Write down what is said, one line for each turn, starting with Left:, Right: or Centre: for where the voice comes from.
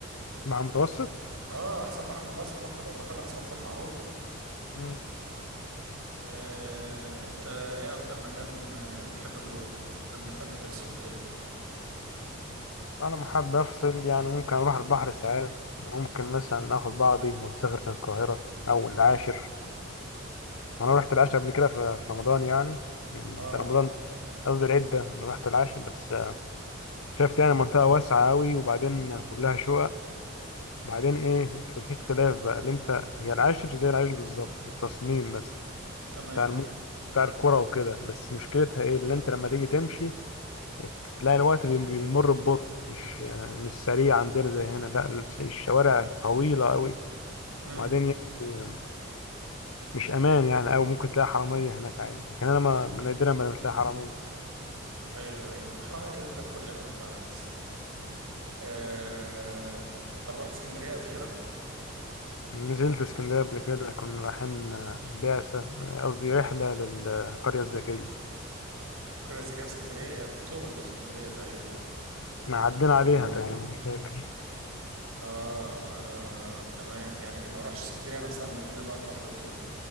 Left: بحر متوسط؟
Right: آه أحسن بحر في مصر بحر بحر مرسى مطروح معروفة
Left: مم.
Right: آه، أنت إيه أكتر مكان آه، بتحب تروح لما تحب تفصل وكده
Left: أنا لما حابب أفصل يعني ممكن أروح البحر ساعات ممكن مثلا آخد بعضي وأسافر القاهرة أو العاشر وأنا رحت العاشر قبل كده في في رمضان يعني في
Right: آه
Left: رمضان قصدي العدة أنا رحت العاشر بس آه، شفت يعني منطقة واسعة أوي وبعدين كلها شقق وبعدين إيه في في اختلاف بقى اللي أنت هي العاشر زي العاشر بالظبط في التصميم بس
Right: تمام
Left: بتاع الم... بتاع الكرة وكده بس مشكلتها إيه اللي أنت لما تيجي تمشي تلاقي الوقت بي- بيمر ببطء مش آه، مش سريع عندنا زي هنا لا الش- الشوارع طويلة أوي
Right: مم.
Left: وبعدين يعني مش أمان يعني أوي ممكن تلاقي حرامية هناك عادي لكن أنا ما ما نادرا ما بتلاقي حرامية
Right: ايوه ايوه الحراميه كده كده في كل حته يا ريس آه... طب رحت اسكندريه قبل كده
Left: نزلت اسكندرية قبل كده كنا رايحين آه، بعثة آه، قصدي رحلة للقرية الذكية
Right: القريه الذكيه في اسكندريه هي في اكتوبر مش في اسكندريه تقريبا
Left: ما عدينا عليها تقريبا مش فاكر
Right: آه, اه تمام يعني ما رحتش اسكندريه نفسها المدينه بقى البحر وكده